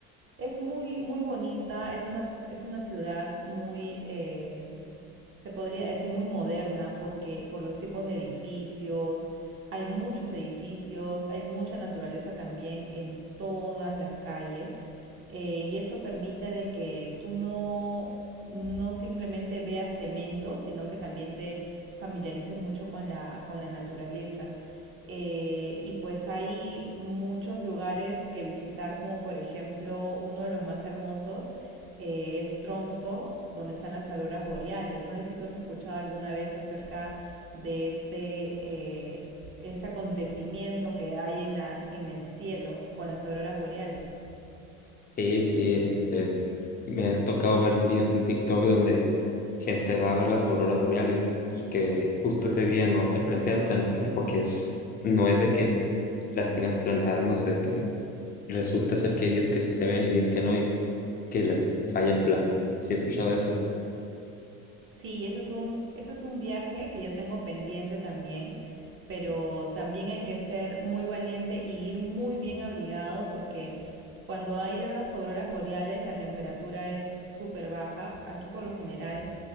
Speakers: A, on the right; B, on the left.
A: es muy, muy bonita, es una, es una ciudad muy, eh, se podría decir muy moderna porque por los tipos de edificios, hay muchos edificios, hay mucha naturaleza también en todas las calles eh, y eso permite de que tú no, no simplemente veas cemento, sino que también te familiarices mucho con la, con la naturaleza. Eh, y pues hay muchos lugares que visitar, como por ejemplo uno de los más hermosos, eh, es Tromsø, donde están las auroras boreales. No sé si tú has escuchado alguna vez acerca de este, eh, este acontecimiento que hay en, la, en el cielo con las auroras boreales.
B: Sí, sí, este, me ha tocado ver videos en TikTok donde gente va a ver las auroras boreales y que justo ese día no se presentan o que no, porque es, no es de que las tengas planeadas, no sé, que resulta ser que hay días que sí se ven y días que no que les falla el plan. Sí, he escuchado eso.
A: Sí, eso es un, eso es un viaje que yo tengo pendiente también, pero también hay que ser muy valiente y ir muy bien abrigado porque cuando hay las auroras boreales la temperatura es súper baja. Aquí por lo general